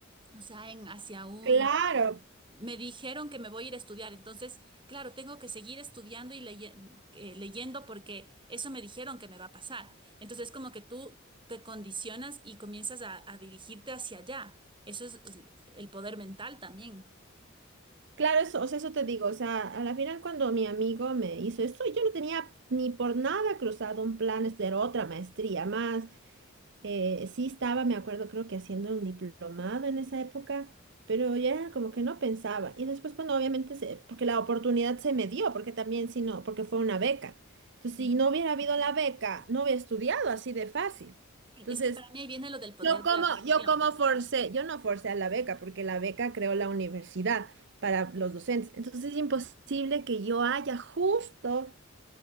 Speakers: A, on the right; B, on the right.
A: o sea, en, hacia Mm. un
B: Claro,
A: me dijeron que me voy a ir a estudiar. Entonces, claro, tengo que seguir estudiando y leye- eh, leyendo porque eso me dijeron que me va a pasar. Entonces, como que tú te condicionas y comienzas a, a dirigirte hacia allá. Eso es el el poder mental también.
B: claro, eso, o sea, eso te digo, o sea, a la final cuando mi amigo me hizo esto, yo no tenía ni por nada cruzado un plan de estudiar otra maestría más, eh, sí estaba, me acuerdo, creo que haciendo un diplomado en esa época, pero ya como que no pensaba, y después cuando obviamente, se, porque la oportunidad se me dio, porque también si no, porque fue una beca, entonces
A: Ujú.
B: si no hubiera habido la beca, no hubiera estudiado así de fácil. Entonces,
A: Es que para mí ahí viene lo del poder
B: Yo
A: de
B: como,
A: la atracción.
B: yo como forcé, yo no forcé a la beca porque la beca creó la universidad para los docentes. Entonces es imposible que yo haya justo